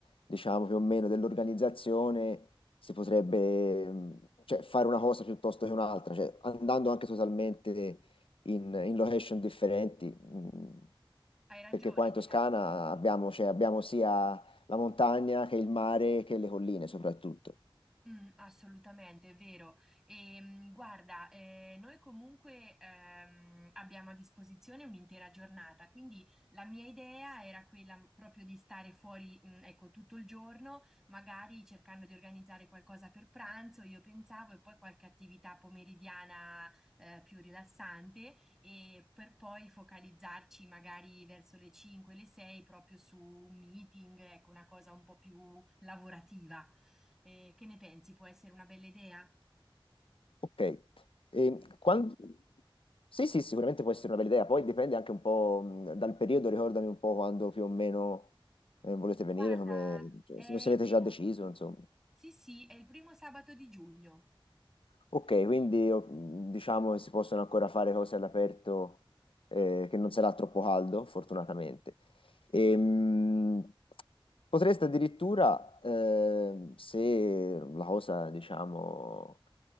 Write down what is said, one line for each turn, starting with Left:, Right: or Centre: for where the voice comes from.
Left: diciamo, più o meno dell'organizzazione si potrebbe mh, cioè, fare una cosa piuttosto che un'altra, cioè andando anche totalmente in, in location differenti, mm,
Centre: Hai ragione,
Left: perché qua in
Centre: certo.
Left: Toscana abbiamo, cioè, abbiamo sia la montagna che il mare che le colline soprattutto.
Centre: Mm, assolutamente, è vero. E, mm, guarda, eh, noi comunque ehm, abbiamo a disposizione un'intera giornata, quindi la mia idea era quella mm, proprio di stare fuori, mm, ecco, tutto il giorno, magari cercando di organizzare qualcosa per pranzo, io pensavo, e poi qualche attività pomeridiana eh, più rilassante, e per poi focalizzarci magari verso le 5, le 6 proprio su un meeting, ecco, una cosa un po' più lavorativa. Eh, che ne pensi? Può essere una bella idea?
Left: Ok. E quan- Sì, sì, sicuramente può essere una bella idea, poi dipende anche un po' mh, dal periodo, ricordami un po' quando più o meno eh, volete venire,
Centre: Guarda,
Left: come... cioè,
Centre: è il
Left: se se avete
Centre: primo...
Left: già deciso, insomma.
Centre: Sì, sì, è il primo sabato di giugno.
Left: Ok, quindi io, mh, diciamo che si possono ancora fare cose all'aperto eh, che non sarà troppo caldo, fortunatamente. Ehm, Potreste addirittura, ehm, se la cosa, diciamo,